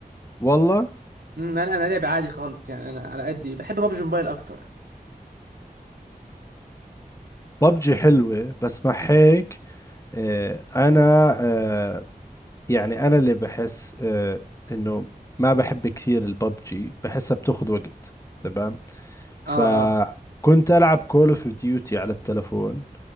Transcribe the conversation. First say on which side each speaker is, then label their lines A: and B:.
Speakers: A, on the left; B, on the right.
A: والله
B: مم، انا انا لعب عادي خالص يعني انا على قدي بحب بابجي موبايل اكتر
A: ببجي حلوة بس مع هيك
B: مم.
A: آه، أنا آه، يعني أنا اللي بحس آه، إنه ما بحب كثير الببجي بحسها بتاخذ وقت تمام فكنت
B: اه اه
A: ألعب كول اوف ديوتي على التلفون